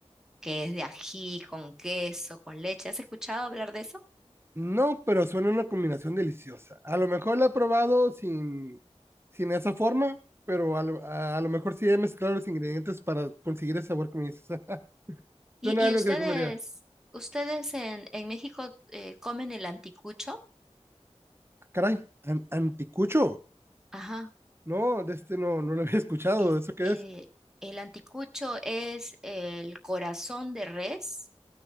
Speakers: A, in the centre; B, on the right.
A: que es de ají, con queso, con leche. ¿Has escuchado hablar de eso?
B: No, pero suena una combinación deliciosa. A lo mejor la he probado sin, sin esa forma, pero a lo, a- a lo mejor sí he mezclado los ingredientes para conseguir el sabor que me dices. <laughs>
A: ¿Y,
B: Suena
A: y
B: algo
A: ustedes,
B: que te comería.
A: ustedes en, en México eh, comen el anticucho?
B: Ah, Caray, an- anticucho.
A: Ajá.
B: No, de este no, no lo había <laughs> escuchado.
A: Es,
B: ¿Eso qué
A: eh,
B: es?
A: el anticucho es el corazón de res